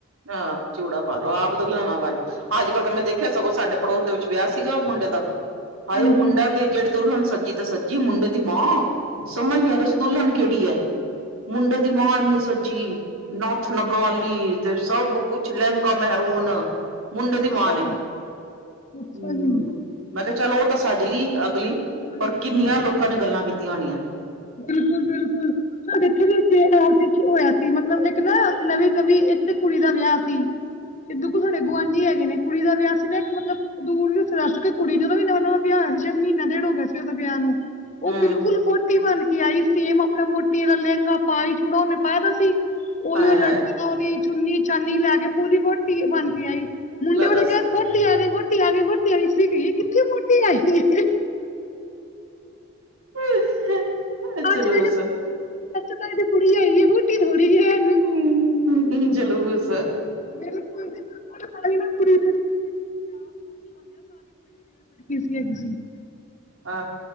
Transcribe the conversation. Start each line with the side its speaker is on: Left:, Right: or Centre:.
Right: ਆਹ ਚੂੜਾ ਪਾਲੋ, ਆਪ ਤੋ ਲਿਆਣਾ ਬਣ, ਅੱਜ -ਕੱਲ ਤਾਂ ਮੈਂ ਦੇਖਿਆ ਸਗੋਂ ਸਾਡੇ ਪੜੋਸ ਦੇ ਵਿੱਚ ਵਿਆਹ ਸੀਗਾ ਮੁੰਡੇ ਦਾ, ਹਾਏ
Left: ਹਾਂਜੀ
Right: ਮੁੰਡਾ ਜਿਹੜੀ ਦੁਲਹਨ ਸੱਜੀ ਤੇ ਸੱਜੀ, ਮੁੰਡੇ ਦੀ ਮਾਂ, ਸਮਝ ਨੀ ਆ ਰਹੇ ਸੀ ਦੁਲਹਨ ਕਿਹੜੀ ਐ। ਮੁੰਡੇ ਦੀ ਮਾਂ ਇੰਨੀ ਸਜੀ, ਨੱਥ ਲਗਾਲੀ ਤੇ ਸਭ ਕੁਛ ਲਹਿੰਗਾ ਮੇਹਿਰੂਨ ਮੁੰਡਏ ਦੀ
Left: ਅੱਛਾ,
Right: ਮਾ ਨੇ
Left: ਅੱਛਾ
Right: ਮੈਂ
Left: ਜੀ।
Right: ਕਿਹਾ ਚੱਲ ਉਹ ਤਾਂ ਸੱਜ ਲਈ ਅਗਲੀ,
Left: ਹਾਂਜੀ।
Right: ਪਰ ਕਿੰਨੀਆਂ ਲੋਕਾਂ ਨੇ ਗੱਲਾਂ ਕੀਤੀਆਂ ਹੋਣੀਆਂ।
Left: ਬਿਲਕੁਲ -ਬਿਲਕੁਲ। ਸਾਡੇ ਇਥੇ ਵੀ ਹੋਇਆ ਸੀ, ਮਤਲਬ ਇੱਕ ਨਾ ਨਵੀਂ -ਨਵੀਂ ਇੱਥੇ ਕੁੜੀ ਦਾ ਵਿਆਹ ਸੀ।
Right: <unintelligible>
Left: ਤੇ ਦੁੱਗੂ ਸਾਡੇ ਗੁਆਂਢੀ ਹੈਗੇ ਨੇ। ਕੁੜੀ ਦਾ ਵਿਆਹ ਸੀ ਨਾ ਇੱਕ ਮਤਲਬ ਦੂਰ ਰਿਸ਼ਤੇਦਾਰੀ ਚ ਕੁੜੀ ਸੀ, ਉਹਦਾ ਵੀ ਨਵਾਂ- ਨਵਾਂ ਵਿਆਹ ਹੋਇਆ ਸੀ, ਸ਼ਾਇਦ ਮਹੀਨਾ ਡੇਢ ਹੋ ਗਿਆ ਸੀ ਉਹਦਾ ਵਿਆਹ ਨੂੰ। ਓ
Right: ਹਮ
Left: ਬਿਲਕੁਲ ਵੋਟੀ ਬਣ ਕੇ ਆਈ, ਸੇਮ ਆਪਨਾ ਵੋਟੀ ਵਾਲਾ ਲੈਂਗਾ ਪਾ ਆਈ, ਚੂੜਾ ਓਨੇ ਪਾਇਆ ਦਾ ਸੀ। ਓਈਓ
Right: ਹਾਏ ਹਾਏ
Left: ਲਟਕਨਾ ਵਾਲੀ ਚੁੰਨੀ-ਚਾਨੀ ਲੈ ਕੇ ਪੂਰੀ ਵੋਟੀ ਬਣ ਕੇ ਆਈ। ਮੁੰਡੇ
Right: ਲੈ
Left: ਵਾਲੇ
Right: ਦੱਸ
Left: ਕੈਣ ਵੋਟੀ ਆ ਗਈ, ਵੋਟੀ ਆ ਗਈ-ਵੋਟੀ ਆ ਗਈ, ਅਸੀ ਕਈਏ ਕਿੱਥੇ ਵੋਟੀ ਆਈ ਏ।
Right: <inaudible>
Left: <unintelligible> ਚਾਚੇ,
Right: ਜਲੂਸ
Left: ਤਾਏ ਦੀ ਕੁੜੀ ਹੈਗੀ ਏ, ਵੋੱਟੀ ਥੋੜੀ ਏ।
Right: ਹੂੰ, ਹੂੰ, ਹੂੰ ਜਲੂਸ
Left: ਬਿਲਕੁਲ ਜੀ, ਬਿਲ <unintelligible>
Right: ਆ